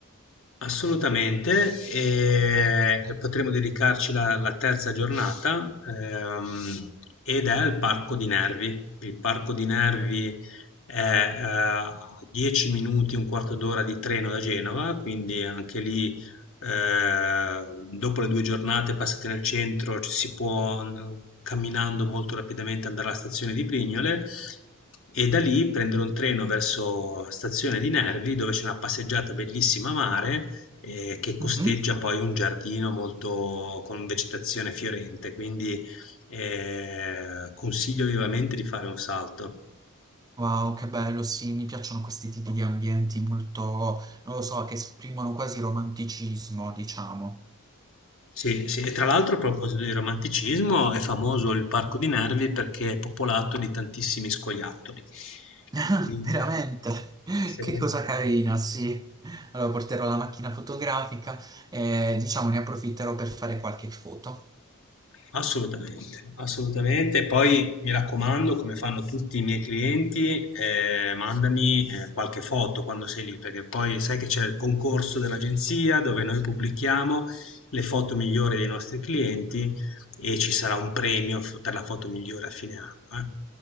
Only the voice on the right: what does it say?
Mhm.
Wow, che bello, sì, mi piacciono questi tipi di ambienti molto, non lo so, che esprimono quasi romanticismo, diciamo.
<laughs>
Veramente,
che cosa carina, sì. Allora porterò la macchina fotografica e diciamo ne approfitterò per fare qualche foto.